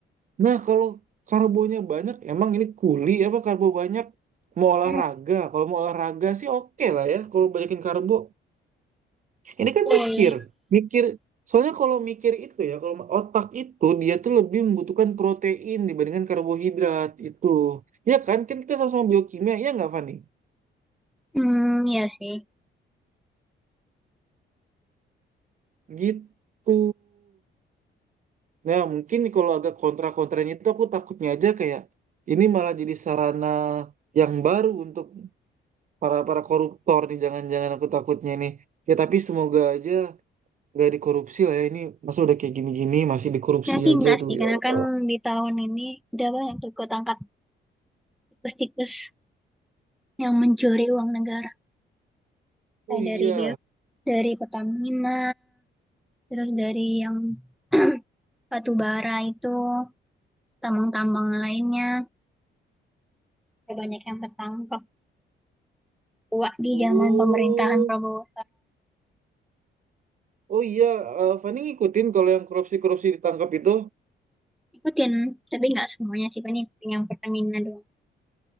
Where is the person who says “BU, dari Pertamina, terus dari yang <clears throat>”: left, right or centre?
Centre